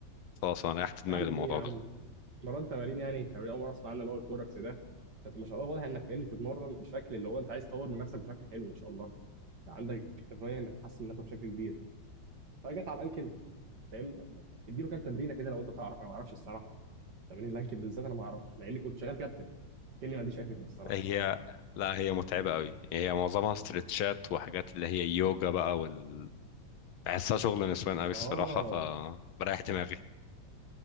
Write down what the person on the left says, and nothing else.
خلاص انا ريحت دماغي
للموضوع
ده
هي لا هي متعبه قوي هي معظمها استرتشات وحاجات اللي هي يوجا بقى وال بحسها شغل نسوان قوي
الصراحه فبريح دماغي